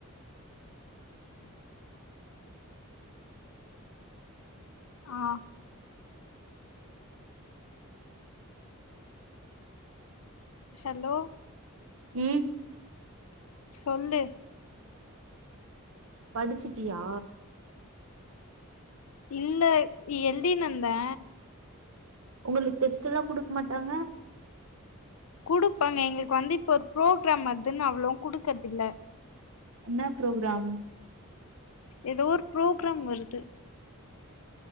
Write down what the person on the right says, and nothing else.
ம்
படிச்சிட்டியா
உங்களுக்கு டெஸ்ட்ல்லா குடுக்க மாட்டாங்க
என்னா புரோகிராம்